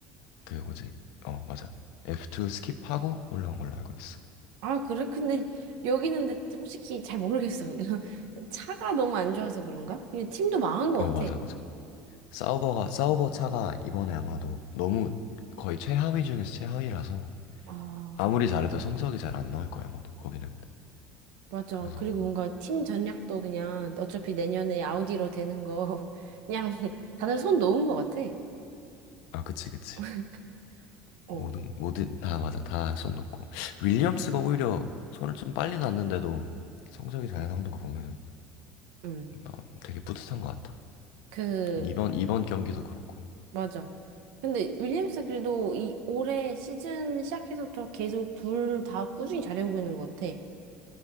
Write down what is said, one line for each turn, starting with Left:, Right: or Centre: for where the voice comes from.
Left: 그 뭐지? 어, 맞아. F2 스킵하고 올라온 걸로 알고 있어.
Right: 아, 그래? 근데 여기는 근데 솔직히 잘 모르겠어. <laughs> 차가 너무 안 좋아서 그런가? 그냥 팀도 망한 것
Left: 어, 맞아,
Right: 같아.
Left: 맞아. 사우버가, 사우버 차가 이번에 아마도 너무 거의 최하위 중에서 최하위라서
Right: 아,
Left: 아무리 잘해도 성적이 잘 안 나올 거야, 아마도. 거기는.
Right: 맞아.
Left: 그래서,
Right: 그리고 뭔가 팀 전략도 그냥 어차피 내년에 아우디로 되는 거 <laughs> 그냥 다들 손 놓은 것 같아.
Left: 아, 그치, 그치.
Right: <laughs> 어,
Left: 모든, 모든, 다 맞아. 다 손놓고. 윌리엄스가 오히려 손을 좀 빨리 놨는데도 성적이 잘 나오는 거 보면은
Right: 음.
Left: 나 되게 뿌듯한 것 같아.
Right: 그
Left: 이번, 이번 경기도 그렇고.
Right: 맞아. 근데 윌리엄스 그래도 이 올해 시즌 시작해서부터 계속 둘 다 꾸준히 잘해오고 있는 것 같아.